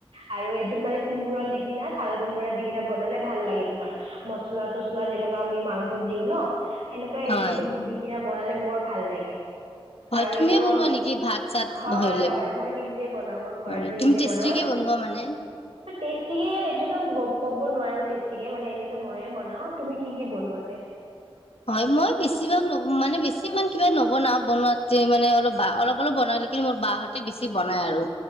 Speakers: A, on the right; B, on the left.
A: আৰু এইটোত মানে কোমোৰা দি কিনা চাল কোমোৰা দি কিনা বনালে ভাল লাগে তোমাৰ মচলা চচলা যেনেকুৱা আমি মাংসত দিও ন। সেনেকুৱা
B: হয়
A: এইটোতো দি কিনা বনালে বৰ ভাল লাগে।
B: হয়
A: আৰু
B: তুমিয়ে
A: এইটো
B: বনোৱা
A: অ',
B: নেকি ভাত চাত
A: হয়
B: ধৰিলে
A: হয় মই নিজে বনাও মই ঘৰত।
B: হয়
A: নিজে
B: তুমি টেষ্টিকে
A: বনাও
B: বনোৱা মানে?
A: টেষ্টিকে এইটো'ত ক'ব নোৱাৰো টেষ্টিকে মানে এনেতো মইয়ে বনাও। তুমি কি কি বনোৱা?
B: হয় মই বেছিভাগ মানে বেছি ইমান কিবা নবনাও, বনোৱাতে মানে অলপ বা অলপ অলপ বনাল, কিন্তু মোৰ বাহতে বেছি বনাই আৰু।